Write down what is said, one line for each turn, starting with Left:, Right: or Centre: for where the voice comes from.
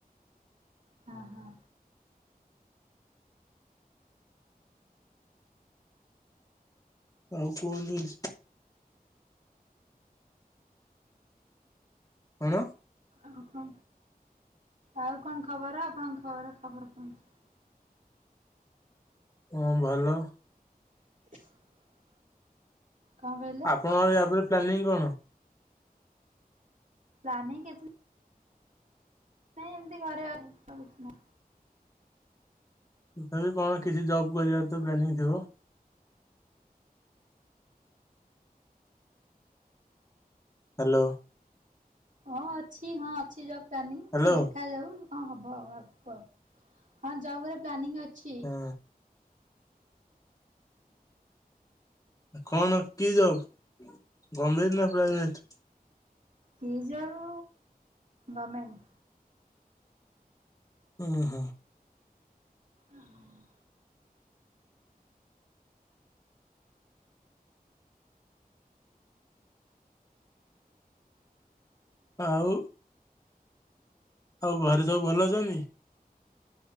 Right: ହଁ ହଁ।
Left: ଆଉ କୁହନ୍ତୁ କିଛି? କଣ?
Right: ଓହୋ ଆଉ କଣ ଖବର ଆପଣଙ୍କ ଖବର ଖବର କୁହନ୍ତୁ?
Left: ହଁ ଭଲ।
Right: <inaudible> କଣ କହିଲେ?
Left: କଣ ୟା ପରେ ପ୍ଲାନିଂ କଣ?
Right: ପ୍ଲାନିଂ କିଛି ନାଇଁ। ଏମିତି ଘରେ ତ କିଛି ନା।
Left: ତଥାବି କଣ କିଛି ଜବ୍ କରିବାର ତ ପ୍ଲାନିଂ ଥିବ? ହ୍ୟାଲୋ।
Right: ହଁ ଅଛି ହଁ ଅଛି ଯବ ପ୍ଲାନିଂ
Left: ହ୍ୟାଲୋ
Right: ଦେଖାଯାଉ ଯୋ ହଁ ହବ ଆଉ ଅଳ୍ପ ହଁ ଯବ କରିବାର ପ୍ଲାନିଂ ଅଛି।
Left: ହୁଁ। କଣ କି ଜବ ଗମେଣ୍ଟ ନା ପ୍ରାଇଭେଟ?
Right: କି ଯବ ଗମେଣ୍ଟ୍।
Left: ଅଁ ହଁ।
Right: ଅ ହଁ।
Left: ଆଉ? ଆଉ ଘରେ ସବୁ ଭଲ ଅଛନ୍ତି?